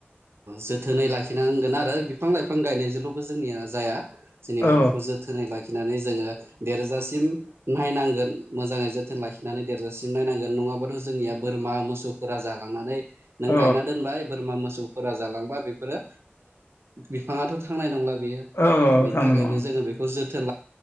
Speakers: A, on the right (about 75°); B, on the left (about 75°).
A: जोथोनै लाखिननांगोन आरो बिफां लाइफां गायनायजोंल'बो जोंनिया जाया जेनेबा
B: औ
A: बेखौ जोथोनै लाखिनानै जोङो देरजासि म नायनांगोन मोजाङै जोथोन लाखिनानै देरजासिम नायनांगोन नङाबाथ' जोंनिया बोरमा मोसौ फोरा जालांनानै नों
B: औ
A: गायना दोनबाय बोरमा मोसौ जालांबा बेफोरो बिफां आथ' थांनाय नंला
B: औ
A: बेनि
B: थांनाय
A: थाखायनो
B: नङा नोंथां
A: जोङो बेखौ जोथोन